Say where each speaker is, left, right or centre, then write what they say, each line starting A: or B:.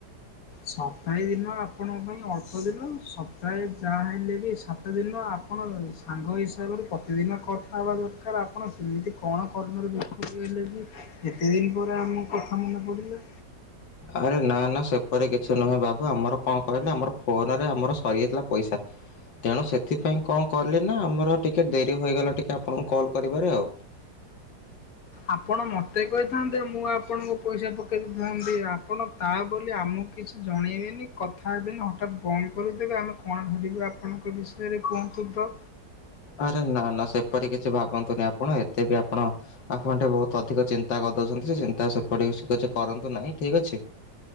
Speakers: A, on the left; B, on the left.
A: ସପ୍ତାହେ ଦିନ ଆପଣଙ୍କ ପାଇଁ ଅଳ୍ପ ଦିନ ସପ୍ତାହେ ଯାହା ହେଲେବି ସାତଦିନ ଆପଣ ସାଙ୍ଗ ହିସାବରେ ପ୍ରତିଦିନ କଥା ହେବା ଦରକାର ଆପଣ ସେମିତି କଣ କର୍ମରେ ବେ ହେଇଗଲେ ଯେ ଏତେ ଦିନ ପରେ ଆମ କଥା ମନେ ପଡ଼ିଲା?
B: ଆରେ ନାନା ସେପରି କିଛି ନୁହେଁ ବାବୁ ଆମର କଣ କହିଲେ ଆମର ଫୋନରେ ଆମର ସରିଯାଇଥିଲା ପଇସା ତେଣୁ ସେଥିପାଇଁ କଣ କଲିନା ଆମର ଟିକେ ଡେରି ହୋଇଗଲା ଟିକେ ଆପଣଙ୍କୁ କଲ୍ କରିବାରେ ଆଉ।
A: ଆପଣ ମୋତେ କହିଥାନ୍ତେ ମୁଁ ଆପଣଙ୍କ ପଇସା ପକାଇ ଦେଇଥାନ୍ତି ଆପଣ ତାବୋଲି ଆମକୁ କିଛି ଜଣେଇବେନି କଥା ହେବେନି ହଠାତ୍ ବନ୍ଦ କରିଦେବେ ଆମେ କଣ ଭାବିବୁ ଆପଣଙ୍କ ବିଷ ସେରେ କୁହନ୍ତୁତ?
B: ଆରେ ନା ନା ସେପରି କିଛି ଭାବନ୍ତୁନି ଆପଣ ଏତେ ବି ଆପଣ ଆପଣ ଟିକେ ବହୁତ ଅଧିକ ଚିନ୍ତା କରିଦଉଚନ୍ତି ସେ ଚିନ୍ତା ସେପଟ କରନ୍ତୁ ନାହିଁ ଠିକ୍ ଅଛି।